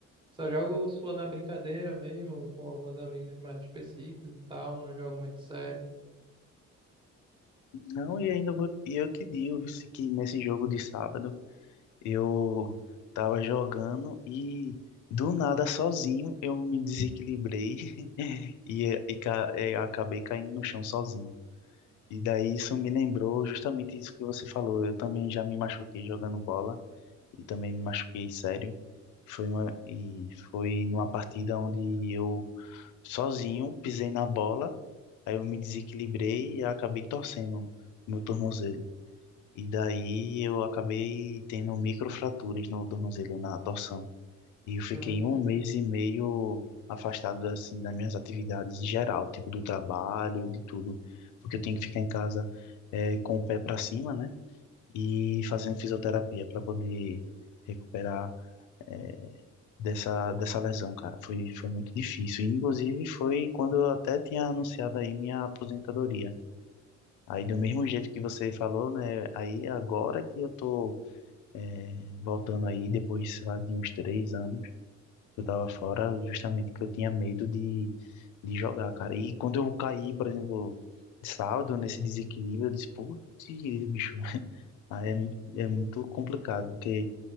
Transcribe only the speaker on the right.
Só jogo só na brincadeira mesmo, com alguns amigos mais específicos e tal. Não jogo muito sério.
né?
né.